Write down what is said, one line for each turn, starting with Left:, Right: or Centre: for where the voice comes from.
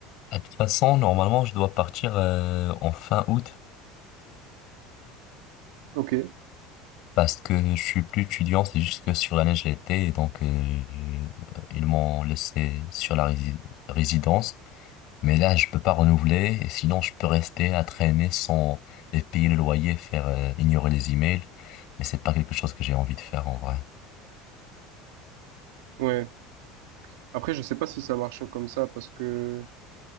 Left: de toute façon, normalement, je dois partir euh, en fin août,
Right: Ok,
Left: parce que je suis plus étudiant, c'est juste que sur l'année, je l'étais, et donc, euh, ils m'ont laissé sur la rési- résidence. Mais là, je peux pas renouveler, et sinon je peux rester à traîner sans et payer le loyer, faire euh, ignorer les emails, mais c'est pas quelque chose que j'ai envie de faire en vrai.
Right: ouais. Après, je sais pas si ça marche comme ça parce que